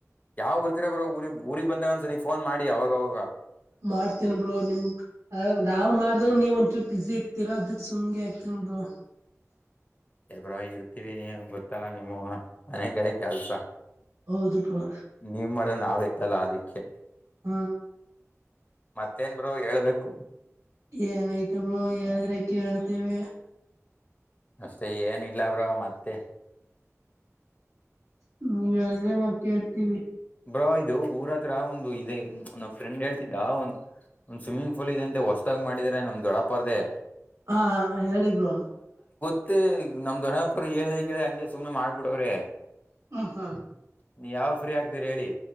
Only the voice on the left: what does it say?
ಯಾವ್ ಬರ್ತೀರ ಬ್ರೋ ಊರಿ ಊರಿಗೆಗ್ ಬಂದಾಗ ಒಂದ್ಸತಿ ಫೋನ್ ಮಾಡಿ ಅವಾಗವಾಗ
ಬ್ರವಾಗಿ ಇರ್ತೀವಿ ನೀ ಗೊತ್ತಲ್ಲ ನಿಮ್ಮ ಮನೆ ಕಡೆ ಕೆಲ್ಸ
ನೀವ್ ಮಾಡ ನಾವೆತ್ತಲ್ಲ ಅದಿಕ್ಕೆ
ಮತ್ತೇನ್ ಬ್ರೋ ಹೇಳ್ಬೇಕು
ಅಷ್ಟೆ ಏನ ಇಲ್ಲ ಬ್ರೋ ಮತ್ತೆ
ಬ್ರೋ ಇದು ಊರ ಹತ್ರ ಒಂದು ಇದೆ ನ ಫ್ರೆಂಡ್ ಹೇಳ್ತಿದ್ದ ಒಂದು ಒಂದ್ ಸ್ವಿಮ್ಮಿಂಗ್ ಪೂಲ್ ಇದೆಂತೆ ಹೊಸದಾಗ್ ಮಾಡಿದ್ರ ನಮ್ ದೊಡಪರ್ದೆ
ಮತ್ತೆ ನಮ್ ದೊಡ್ಡಾಪುರ್ ಹೇಳದ ಕೇಳ ಹಂಗೆ ಸುಮ್ಮ್ನೆ ಮಾಡ್ಬಿಡವ್ರೆ
ನೀ ಯಾವ ಫ್ರೀ ಆಗ್ತೀರಿ ಹೇಳಿ